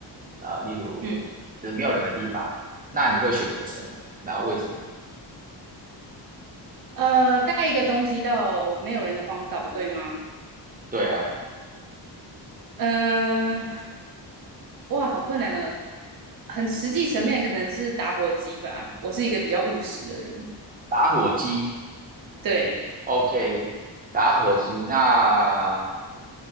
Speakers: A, on the right; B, on the right.
A: 呃，例如
B: 嗯，
A: 就是没有人的地方，那你会选择什么？然后为什么？
B: 呃，带一个东西到没有人的荒岛，对吗？
A: 对啊，
B: 嗯、呃哇，好困难哦。很实际层面可能是打火机吧，我是一个比较务实的人，
A: 打火机
B: 对，
A: ，OK，打火机，那